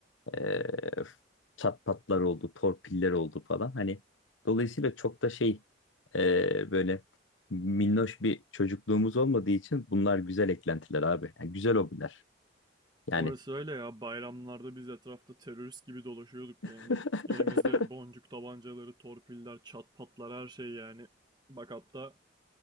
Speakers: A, on the left (about 85°); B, on the right (about 25°).
A: e, çat patlar oldu, torpiller oldu falan. Hani dolayısıyla çok da şey e, böyle minnoş bir çocukluğumuz olmadığı için bunlar güzel eklentiler abi. Yani güzel hobiler. Yani
B: Orası öyle ya. Bayramlarda biz etrafta terörist gibi dolaşıyorduk
A: <laughs>
B: yani. Elimizde boncuk tabancaları, torpiller, çat patlar her şey yani. Bak hatta